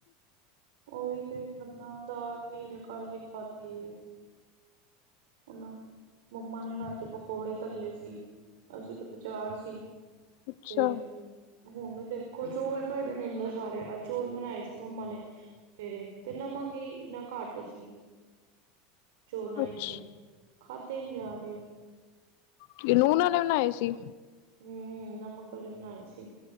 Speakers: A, on the right (about 80°); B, on the left (about 65°).
A: ਉਈ ਤੇ ਬੰਦਾਂ ਦਾਲ਼ ਵੀ ਹਜੇ ਕੱਲ ਈ ਖਾਧੀ ਏ। ਓ ਨਾ ਮੰਮਾ ਨੇਂ ਰਾਤੀਂ ਪਕੌੜੇ ਤੱਲੇ ਸੀਂ। ਅਸੀਂ ਤੇ ਬਜਾਰ ਸੀਂ
B: ਅੱਛਾ
A: ਤੇ ਹੁਣ ਦੇਖੋਂ ਚੌਲ ਪਏ ਦੇ ਨੇਂ ਏਨੇ ਸਾਰੇ। ਅੱਜ ਚੋਲ ਬਣਾਏ ਸੀਂ ਮੰਮਾ ਨੇਂ। ਸਵੇਰੇ ਤੇ ਨਮਕ ਈ ਇਨਾਂ ਕੱਟ ਸੀਂ, ਚੋਲਾਂ
B: ਅੱਛ
A: ਇਚ। ਖਾਦੇ ਨੀਂ ਜਾਂ ਰੇ।
B: ਕੀ ਲੂਣ ਆਲੇ ਬਣਾਏ ਸੀਂ।
A: ਹੂੰ ਨਮਕ ਵਾਲ਼ੇ ਬਣਾਏ ਸੀਂ।